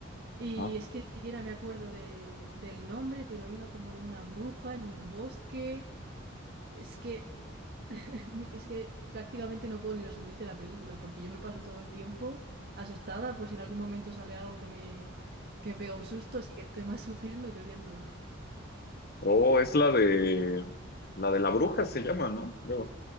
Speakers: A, on the right (about 50°); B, on the left (about 50°).
A: Y
B: ah.
A: es que ni siquiera me acuerdo de- del nombre, pero iba como de una bruja en un bosque. Es que <laughs> Ni- Es que prácticamente no puedo ni resumirte la película, porque yo me paso todo el tiempo asustada por si en algún momento sale algo que me, que me pega un susto, así que estoy más <laughs> sufriendo que viéndola.
B: Oh, es la de la de la bruja se llama, ¿no? Creo.